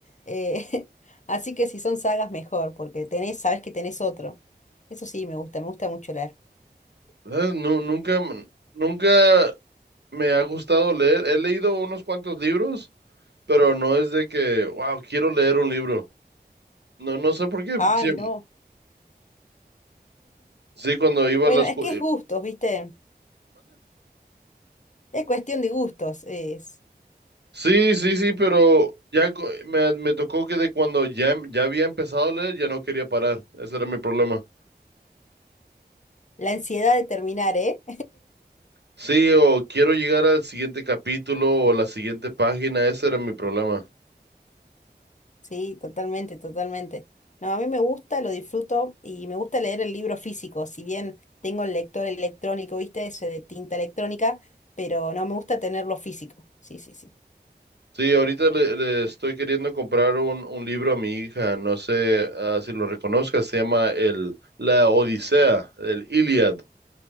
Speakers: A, on the left; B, on the right.
A: Eh, <laughs> así que si son sagas, mejor, porque tenés, sabés que tenés otro. Eso sí, me gusta, me gusta mucho leer.
B: ¿Sabes? Nu- nunca, m- nunca me ha gustado leer. He leído unos cuantos libros, pero no es de que, wow, quiero leer un libro. No, no sé por qué.
A: Ay,
B: Sí,
A: no.
B: sí, cuando iba
A: Bueno,
B: a la escuela.
A: es que es gustos, viste. Es cuestión de gustos. Es
B: Sí, sí, sí, pero ya co- me, me tocó que de cuando ya, em- ya había empezado a leer, ya no quería parar. Ese era mi problema.
A: la ansiedad de terminar, ¿eh?
B: Sí, o quiero llegar al siguiente capítulo o la siguiente página, ese era mi problema.
A: Sí, totalmente, totalmente. No, a mí me gusta, lo disfruto y me gusta leer el libro físico, si bien tengo el lector electrónico, ¿viste? Ese de tinta electrónica, pero no me gusta tenerlo físico. Sí, sí, sí.
B: Sí, ahorita le, le estoy queriendo comprar un, un libro a mi hija, no sé ah, si lo reconozcas, se llama el, La Odisea, el Iliad.